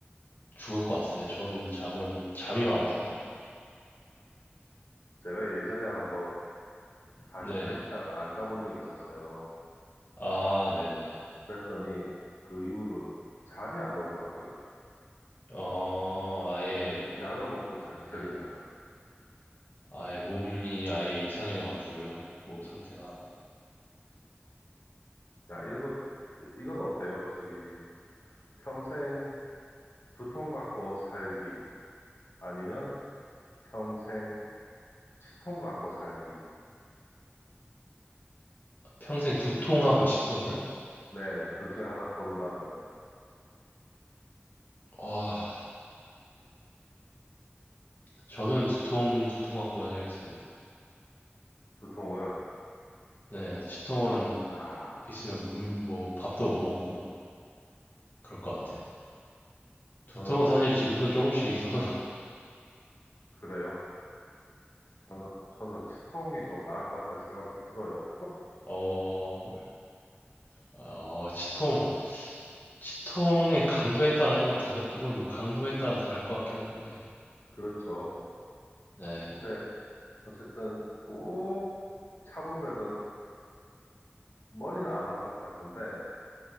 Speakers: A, on the left (about 50°); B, on the left (about 85°).
A: 죽을 것 같은데요. 저는 잠은, 잠이 많아서,
B: 제가 예전에 한번 48시간
A: 네.
B: 안 자본 적이 있었어요.
A: 아, 네네.
B: 그랬더니 그 이후로 잠이 안 오더라고요.
A: 어, 아예,
B: 그래서 약을 먹고 잔 기억이
A: 예,
B: 나요.
A: 아예 몸이 아예 이상해져가지고요. 몸 상태가.
B: 야, 이것 이건 어때요? 저기, 평생 두통 갖고 살기, 아니면 평생 치통 갖고 살기.
A: 평생 두통하고 치통이요?
B: 네네, 둘 중에 하나 고른다면은,
A: 아, 저는 두통 두통 갖고 살겠습니다.
B: 두통을,
A: 네, 치통은
B: 아,
A: 있으면 음, 뭐 밥도 못 먹고 그럴 것 같아요. 두통은
B: 저는,
A: 사실 지금도 조금씩 있어서
B: 그래요. 저는, 저는 치통이 좀 나을 것 같다는 생각도 들어요.
A: <laughs> 어, 어 치통 치통의 강도에 따라 조금 다른 이건 뭐 강도에 따라 다를 것 같긴 한데
B: 그렇죠.
A: 네,
B: 근데, 어쨌든, 꼭 참으면은, 머리는 안 아플 것 같은데,